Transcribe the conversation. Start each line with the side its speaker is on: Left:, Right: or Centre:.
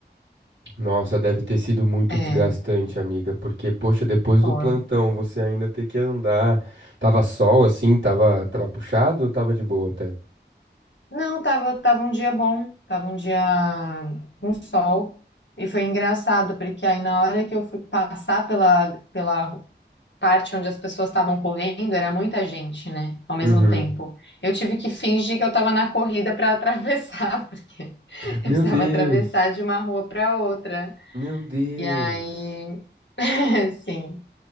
Right: Nossa, deve ter sido muito
Left: É.
Right: desgastante, amiga, porque, poxa, depois
Left: Foi.
Right: do plantão você ainda ter que andar. Tava sol assim, tava, tava puxado ou tava de boa até?
Left: Não, tava, tava um dia bom, tava um dia com sol. E foi engraçado, porque aí na hora que eu fui passar pela, pela parte onde as pessoas estavam correndo, era muita gente, né? Ao mesmo
Right: Uhum.
Left: tempo. Eu tive que fingir que eu tava na corrida para atravessar, <laughs> porque
Right: Meu
Left: eu precisava
Right: Deus!
Left: atravessar de uma rua para outra.
Right: Meu Deus!
Left: E aí, <laughs> sim.